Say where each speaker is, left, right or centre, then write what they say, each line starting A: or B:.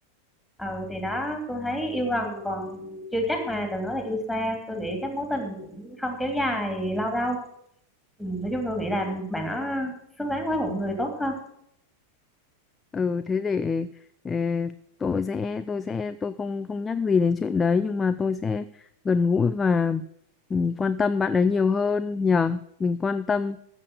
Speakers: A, in the centre; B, on the left (about 15°).
A: ừ thì đó tôi thấy yêu gần còn chưa chắc mà đừng nói là yêu xa tôi nghĩ cái mối tình cũng không kéo dài lâu đâu ừ, nói chung tôi nghĩ là bạn nó xứng đáng với một người tốt hơn
B: ừ thế để ờ, tôi sẽ tôi sẽ tôi không không nhắc gì đến chuyện đấy nhưng mà tôi sẽ gần gũi và ừ, quan tâm bạn ấy nhiều hơn nhờ mình quan tâm